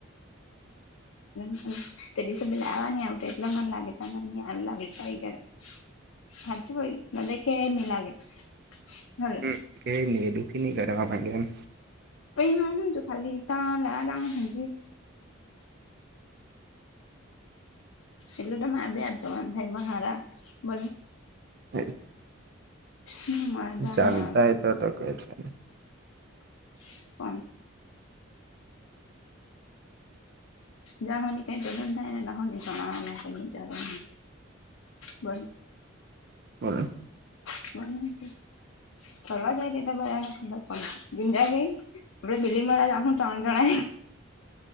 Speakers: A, on the left; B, on the right.
A: <inaudible> તે ડીસે બી લેવાની આવટે એટલે મન લાગે તાન <unintelligible> હાચુ ભાઈ નાદય કેહે ની લાગે હલો
B: હ કેય ની એ દુઃખી ની કરવા માંગે એમ
A: પહી હુ જ ખાલી તા લેવા <inaudible> <inaudible> એટલું તોરે બ આપવાનું થાયારા બ
B: એ
A: ની મજા
B: જાતા
A: ની આવે
B: એ તો તો ક છે
A: <unintelligible> જા હોલી કઈ પલન થાય ને ના હોને જણાાવનું કઈ જર ન બ
B: બોલ.
A: <unintelligible> ફરવા જાય ટેટ બધાને ખબર <unintelligible> આપડે બીલીમોરા જાહુ તણ જણા